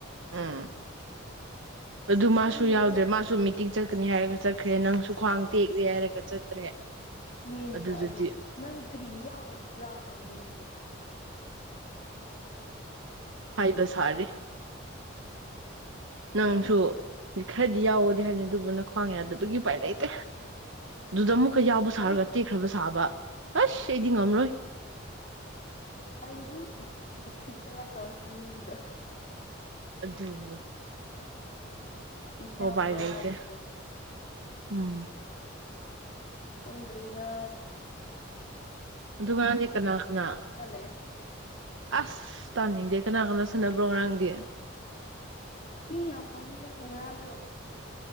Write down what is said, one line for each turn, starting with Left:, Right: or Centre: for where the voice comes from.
Right: ꯎꯝ ꯑꯗꯨ ꯃꯥꯁꯨ
Left: ꯈꯪꯗ꯭ꯔꯦꯗ
Right: ꯌꯥꯎꯗ꯭ꯔꯦ ꯃꯥꯁꯨ ꯃꯤ ꯇꯤꯡ ꯆꯠꯀꯅꯤ ꯍꯥꯏꯔꯒ ꯆꯠꯈ꯭ꯔꯦ ꯅꯪꯁꯨ ꯈ꯭ꯋꯥꯡ ꯇꯦꯛꯂꯦ ꯍꯥꯏꯔꯒ ꯆꯠꯇ꯭ꯔꯦ
Left: ꯃꯤꯅꯦ
Right: ꯑꯗꯨꯗꯨꯗꯤ
Left: ꯑꯩꯕꯨ ꯅꯪꯅ ꯀꯔꯤ ꯌꯥꯎꯗꯕ꯭ꯔꯥ ꯍꯪꯕꯅꯤ
Right: ꯍꯥꯏꯕꯁ ꯁꯥꯔꯦ ꯅꯪꯁꯨ ꯈꯔꯗꯤ ꯌꯥꯎꯒꯗꯤ ꯍꯥꯏꯕꯅꯤ ꯑꯗꯨꯕꯨ ꯅ ꯈ꯭ꯋꯥꯡ ꯌꯥꯗꯕꯒꯤ ꯎꯄꯥꯏ ꯂꯩꯇꯦ ꯑꯗꯨꯗ ꯑꯃꯨ ꯑꯩꯈꯣꯏ ꯌꯥꯎꯕ ꯁꯥꯔꯒ
Left: ꯑꯩ
Right: ꯇꯦꯛꯈ꯭ꯔꯕ ꯁꯥꯕ ꯑꯁ ꯑꯩꯗꯤ ꯉꯝꯔꯣꯏ
Left: ꯑꯩꯁꯨ ꯍꯣꯁꯄꯤꯇꯥꯥꯏ ꯇꯧꯔꯛꯅꯤ ꯑꯗꯨꯗ
Right: ꯑꯗꯨꯅꯤ
Left: ꯏꯍꯕ꯭ꯔꯥ
Right: ꯎꯄꯥꯏ ꯂꯩꯇꯦ
Left: ꯍꯥꯏꯕ ꯍꯕꯣ
Right: ꯎꯝ
Left: ꯈꯪꯗ꯭ꯔꯦꯗ
Right: ꯑꯗꯨꯗꯨꯃꯅꯥ ꯀꯅꯥ ꯀꯅꯥ
Left: ꯂꯩꯔꯦ
Right: ꯑꯁ ꯇꯅꯤ ꯗ ꯀꯅꯥ ꯀꯝꯅ ꯁꯥꯟꯅꯕ꯭ꯔꯣ ꯉꯔꯥꯡꯗꯤ
Left: ꯃꯤ ꯌꯥꯝꯗꯦꯗ ꯉꯔꯥꯡ ꯑꯗꯨ <unintelligible>